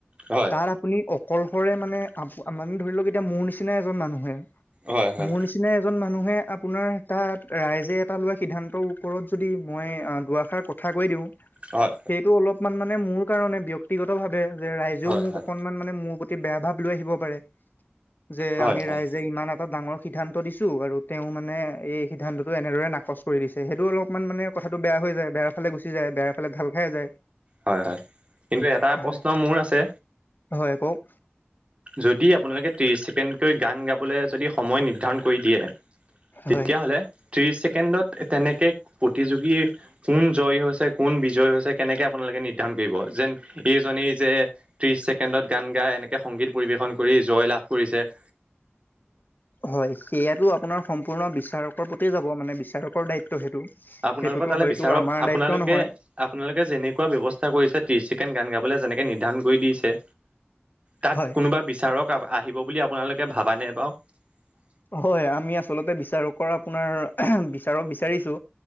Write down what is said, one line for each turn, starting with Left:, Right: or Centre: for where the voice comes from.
Right: হয়
Left: তাত আপুনি অকলশৰে মানে আপ মানে ধৰি লওক এতিয়া মোৰ নিচিনা এজন মানুহে
Right: হয় হয়
Left: মোৰ নিচিনা এজন মানুহে আপোনাৰ তাত ৰাইজে এটা লোৱা সিদ্ধান্তৰ ওপৰত যদি মই দুআষাৰ কথা কৈ দিওঁ।
Right: হয়
Left: সেইটো অলপমান মানে মোৰ কাৰণে ব্যক্তিগত ভাৱে যে ৰাইজেও
Right: হয়
Left: মোক
Right: হয়
Left: অকনমান মানে মোৰ প্ৰতি বেয়া ভাৱ লৈ আহিব পাৰে যে
Right: হয়
Left: আমি
Right: হয়
Left: ৰাইজে ইমান এটা ডাঙৰ সিদ্ধান্ত দিছো আৰু তেওঁ মানে এই সিদ্ধান্তটো এনেদৰে নাকচ কৰি দিছে। সেইটো অলপমান মানে কথাটো বেয়া হৈ যায় বেয়াৰ ফালে গুচি যায় বেয়া ফালে ঢাল খাই যায়।
Right: হয় হয় কিন্তু এটা
Left: হয়
Right: প্ৰশ্ন মোৰ আছে
Left: হয় কওক
Right: যদি আপোনালোকে ত্ৰিশ ছেকেণ্ডকৈ গান গাবলৈ যদি সময় নিৰ্ধাৰণ কৰি দিয়ে তেতিয়াহলে
Left: হয়।
Right: ত্ৰিশ ছেকেণ্ডত তেনেকে প্ৰতিযোগী কোন জয় হৈছে কোন জয় হৈছে কেনেকৈ আপোনালোকে নিৰ্ধাৰ কৰিব যেন স এজনী যে ত্ৰিশ ছেকেণ্ডত গান গাই এনেকে সংগীত পৰিবেশন কৰি জয় লাভ কৰিছে। <inaudible>
Left: হয় সেয়াতো আপোনাৰ সম সম্পূৰ্ণ বিচাৰকৰ প্ৰতি যাব মানে বিচাৰকৰ দায়িত্ব সেইটো সেইটোতো
Right: আপোনালোকৰ তালৈ
Left: হয়তো
Right: বিচাৰক
Left: আমাৰ
Right: আপোনালোকে
Left: দায়িত্ব নহয়।
Right: আপোনালোকে যেনেকুৱা ব্যৱস্থা কৰিছে ত্ৰিশ ছেকেণ্ড গান গাবলে যেনেকে নিৰ্ধাৰ কৰি দিছে। তাত
Left: হয়।
Right: কোনোবা বিচাৰক আহিব বুলি আপোনালোকে ভাবা নে বাৰু <unintelligible>
Left: হয় আমি আচলতে বিচাৰকৰ আপোনাৰ <unintelligible> ক বিচাৰিছো